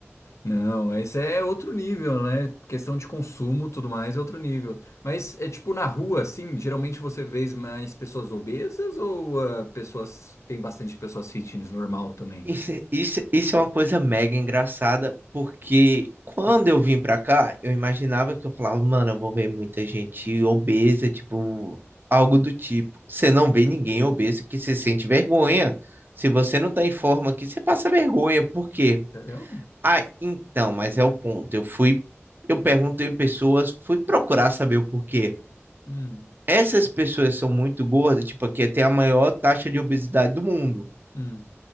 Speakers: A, on the left (about 80°); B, on the right (about 45°).
A: Não, mas é outro nível, né? Questão de consumo, tudo mais, é outro nível. Mas é tipo na rua, assim, geralmente você vê mais pessoas obesas ou ah, pessoas tem bastante pessoas fitness normal também?
B: Isso, é- isso, isso é uma coisa mega engraçada, porque quando
A: Ah,
B: eu vim pra cá, eu imaginava que eu falava, mano, eu vou ver muita gente obesa, tipo, algo do tipo. Você não vê ninguém obeso que se sente vergonha. Se você não tá em forma aqui, você passa vergonha. Por quê?
A: sério?
B: Ah, então, mas é o ponto. Eu fui, eu perguntei pessoas, fui procurar saber o porquê.
A: Hum,
B: Essas pessoas são muito gordas, tipo, aqui tem a maior taxa de obesidade do mundo.
A: hum.